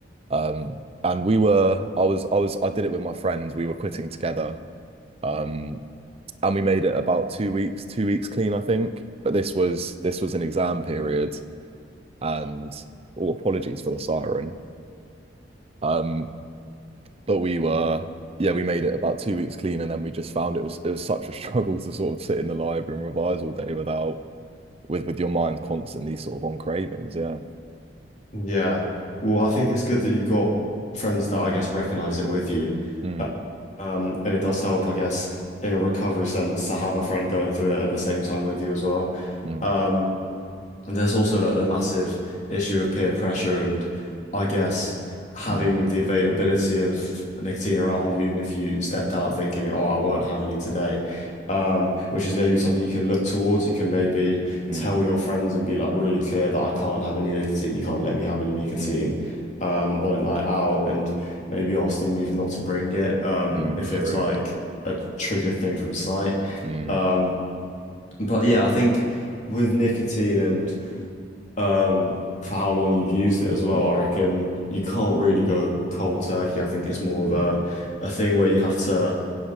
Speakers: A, on the right; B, on the left.
A: Um, and we were, I was, I was, I did it with my friends. We were quitting together. Um, and we made it about two weeks, two weeks clean, I think. But this was this was an exam period, and oh, apologies for the siren. Um, but we were, yeah, we made it about two weeks clean, and then we just found it was it was such a <laughs> struggle to sort of sit in the library and revise all day without with with your mind constantly sort of on cravings. Yeah.
B: Yeah. Well, I think it's good that you've got friends that I guess recognize it with you.
A: Mm,
B: Um, and it does help, I guess, in a recovery sense to have a friend going through it at the same time with you as well.
A: mm,
B: Um, And there's also like the massive issue of peer pressure and I guess having
A: mm,
B: the availability of nicotine around you, even if you stepped out thinking, oh, I won't have any today, um, which is maybe something you can look towards. You can maybe
A: mm,
B: tell
A: mm,
B: your friends and be like really clear that I can't have any nicotine. You can't let me have any nicotine.
A: mm,
B: Um, on a night out, and maybe ask them even not to bring it, um,
A: mm,
B: if
A: true.
B: it's like a triggered thing from sight.
A: Mm,
B: Um, but yeah, I think with nicotine and um, for how long you've used it as well.
A: mm. mm.
B: I reckon you can't really go cold turkey. I think it's more of a
A: Mm,
B: a thing where you have to,